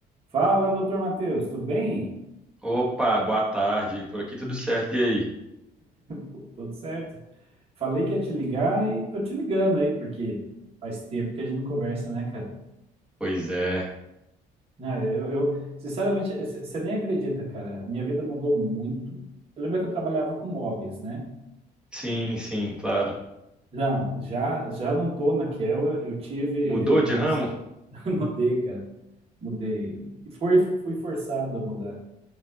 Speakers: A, on the right; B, in the centre.
A: Fala, doutor Matheus, tudo bem?
B: Opa, boa tarde. Por aqui tudo certo, e aí?
A: Pô, Tudo certo? Falei que ia te ligar e tô te ligando aí, porque faz tempo que a gente não conversa, né, cara?
B: Pois é.
A: Ah, eu, eu- sinceramente, você nem acredita, cara. Minha vida mudou muito. Eu lembro que eu trabalhava com móveis, né?
B: Sim, sim, claro.
A: Não, já, já não tô naquela. Eu tive
B: Mudou de
A: um
B: ramo?
A: acidente. <laughs> Mudei, cara. Mudei. E Foi, fui forçado a mudar.